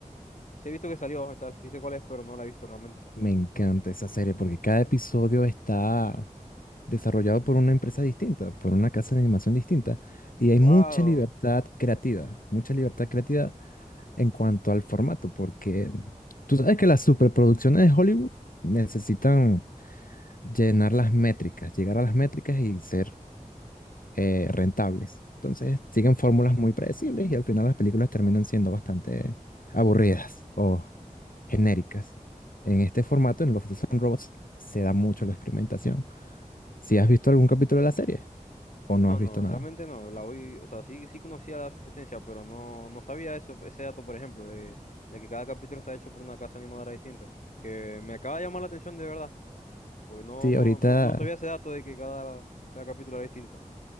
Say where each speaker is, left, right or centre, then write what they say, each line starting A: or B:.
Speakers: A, on the left (about 60°); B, on the left (about 80°).
A: sí he visto que salió, tal, sí sé cuál es, pero no la he visto realmente.
B: Me encanta esa serie porque cada episodio está desarrollado por una empresa distinta, por una casa de animación distinta, y hay
A: Wow.
B: mucha libertad creativa, mucha libertad creativa en cuanto al formato, porque tú sabes que las superproducciones de Hollywood necesitan llenar las métricas, llegar a las métricas y ser eh, rentables. Entonces siguen fórmulas muy predecibles y al final las películas terminan siendo bastante aburridas o genéricas. En este formato, en Love, Death and Robots, se da mucho la experimentación. Si has visto algún capítulo de la serie o no
A: No,
B: has visto
A: no,
B: nada.
A: realmente no. La voy, o sea, sí, sí conocía la subsistencia, pero no, no sabía eso, ese dato, por ejemplo, de, de que cada capítulo está hecho por una casa animadora distinta. Que me acaba de llamar la atención de verdad, porque no,
B: Sí,
A: no,
B: ahorita,
A: no, no sabía ese dato de que cada, cada capítulo era distinto.